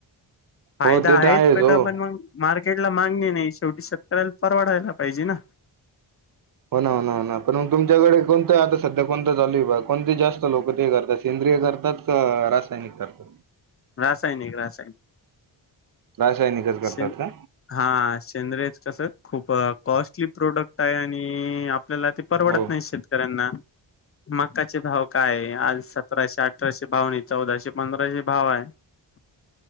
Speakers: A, on the left; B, on the right.
A: फायदा
B: हो ते
A: आहे
B: तर आहेच
A: पट
B: हो
A: पण मग मार् <unintelligible> मार्केट ला मागणी नाही. शेवटी शेतकऱ्याला परवडायला पाहिजे ना.
B: हो ना, हो ना, हो ना, पण मग तुमच्याकडे कोणतं आता सध्या कोणता चालु कोणते कोणती जास्त लोक हे करता सींद्री! सेंद्रिय करतात, का रासायनिक करतात.
A: रासायनिक, रासायनिक,
B: रासायनिकच करतात
A: शे
B: का
A: हा शेंद्रे कस, खूप कॉस्टली प्रोडक्ट! आणि आपल्याला ते परवडत
B: हो
A: नाही. शेतकऱ्यांना! मक्काचे भाव काय आहे. आज सतराशे, अठराशे, भावनी चौदाशे, पंधराशे, भाव आहे. <inaudible>